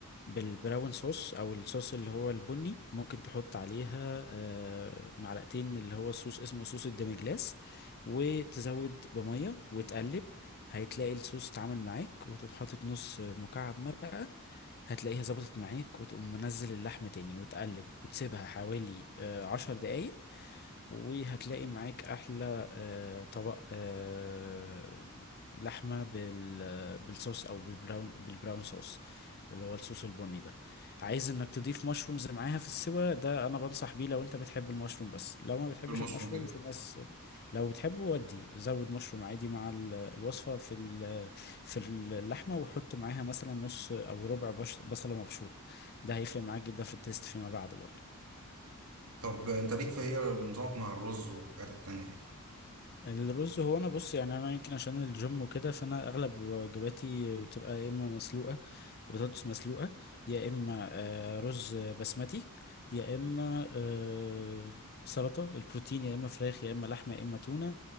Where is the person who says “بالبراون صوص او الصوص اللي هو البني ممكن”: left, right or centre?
Left